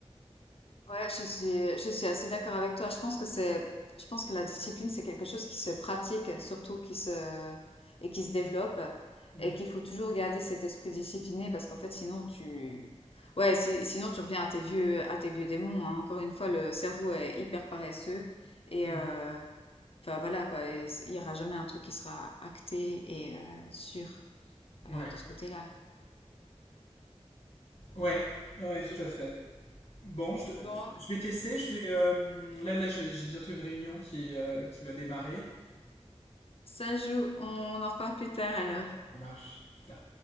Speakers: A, on the left; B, on the left.
A: Ouais, je suis, je suis assez d'accord avec toi. Je pense que c'est, je pense que la discipline, c'est quelque chose qui se pratique, surtout qui se, et qui se développe
B: Mm,
A: et qu'il faut toujours garder cet esprit discipliné parce qu'en fait, sinon tu, ouais, si- sinon tu reviens à tes vieux, à tes vieux démons, hein. Encore une fois, le cerveau est hyper paresseux et,
B: mm.
A: euh, Enfin voilà quoi, et c- il n'y aura jamais un truc qui sera acté et euh, sûr
B: Ouais,
A: euh, de ce côté-là.
B: ouais, ouais,
A: Ok.
B: tout à fait. Bon, je, te-
A: Bon,
B: je vais te laisser, je vais euh, là, là, j'ai j'ai bientôt une réunion qui, euh, qui va démarrer.
A: ça joue, on en reparle plus tard alors.
B: Ça marche, plus tard.